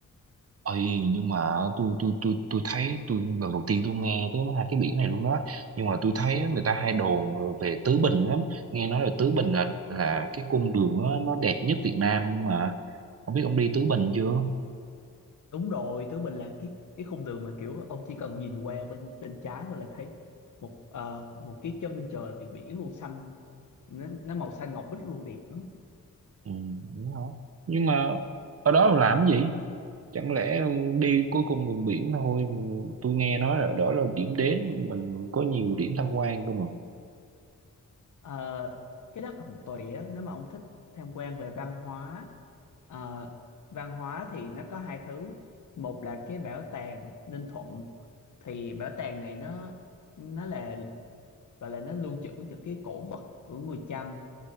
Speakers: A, on the right; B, on the left.
A: Ây, nhưng mà tôi tôi tôi tôi thấy tôi lần đầu tiên tôi nghe tới hai cái biển này luôn đó nhưng mà tôi thấy á, người ta hay đồn về Tứ Bình lắm nghe nói là Tứ Bình là là cái cung đường nó nó đẹp nhất Việt Nam nhưng mà không biết ông đi Tứ Bình chưa
B: đúng rồi Tứ Bình là cái cái khung đường mà kiểu ông chỉ cần nhìn qua bên bên trái thôi là thấy một ờ, một cái chân trời biển luôn xanh nó, nó màu xanh ngọc bích luôn đẹp lắm
A: ừ, đúng không? nhưng mà ở đó làm cái gì chẳng lẽ đi cuối cùng đường biển thôi tôi nghe nói là đó là điểm đến mình có nhiều điểm tham quan cơ mà
B: Ờ, cái đó còn tùy á nếu mà ông thích tham quan về văn hóa ờ, văn hóa thì nó có hai thứ một là cái bảo tàng Ninh Thuận thì bảo tàng này nó nó là gọi là nó lưu trữ những cái cổ vật của người Chăm